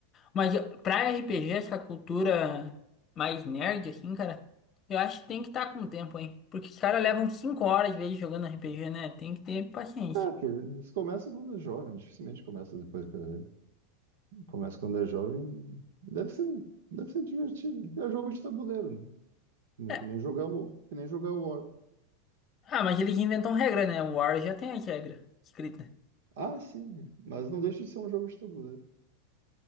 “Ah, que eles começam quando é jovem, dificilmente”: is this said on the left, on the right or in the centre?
Right